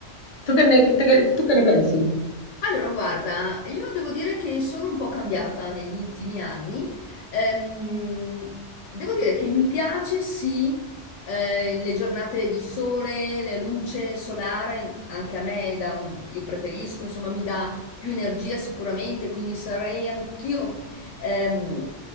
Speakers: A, on the left; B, on the left.
A: Tu che ne, te- tu che ne pensi?
B: Allora, guarda, io devo dire che sono un po' cambiata negli ultimi anni. Ehm, devo dire che mi piace, sì, eh, le giornate di sole, la luce solare, anche a me, dà- io preferisco, insomma, mi dà più energia sicuramente, quindi sarei anch'io ehm,